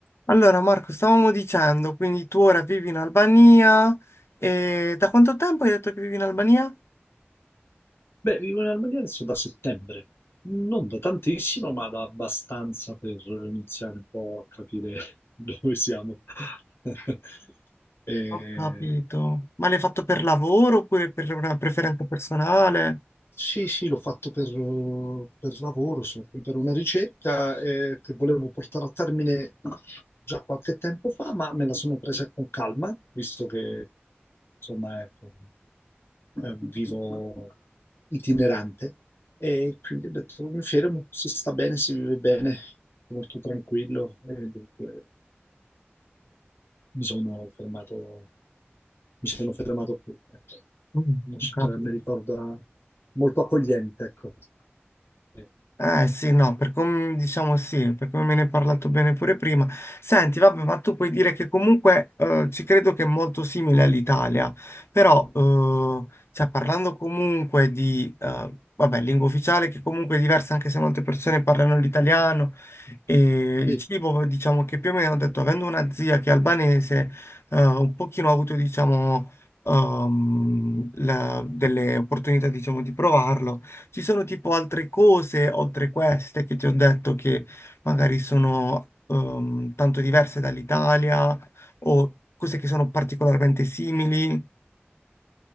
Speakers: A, on the left; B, on the left.
A: Allora, Marco, stavamo dicendo, quindi tu ora vivi in Albania e da quanto tempo hai detto che vivi in Albania?
B: Beh, vivo in Albania adesso da settembre, non da tantissimo, ma da abbastanza per iniziare un po' a capire <laughs> dove siamo. <laughs> Eh,
A: Ho capito. Ma l'hai fatto per lavoro oppure per una preferenza personale?
B: sì, sì, l'ho fatto per, per lavoro, sono qui per una ricerca eh, che volevo portare a termine già qualche tempo fa, ma me la sono presa con calma, visto che, insomma, ecco. eh, vivo itinerante e quindi ho detto mi fermo, si sta bene, si vive bene, molto tranquillo e dunque mi sono fermato, mi sono fermato qui. Ecco.
A: Mm,
B: Una città
A: ho capito.
B: che mi ricorda molto accogliente, ecco. Eh,
A: Eh sì, no, per come diciamo sì, per come me ne hai parlato bene pure prima. Senti, vabbè, ma tu puoi dire che comunque eh, ci credo che è molto simile all'Italia, però eh, cioè, parlando comunque di, eh, vabbè, lingua ufficiale che comunque è diversa anche se molte persone parlano l'italiano e il
B: sì.
A: cibo, diciamo che più o meno ho detto, avendo una zia che è albanese, eh, un pochino ho avuto, diciamo, ehm, la- delle opportunità, diciamo, di provarlo. Ci sono tipo altre cose, oltre queste, che ti ho detto che magari sono ehm, tanto diverse dall'Italia o cose che sono particolarmente simili.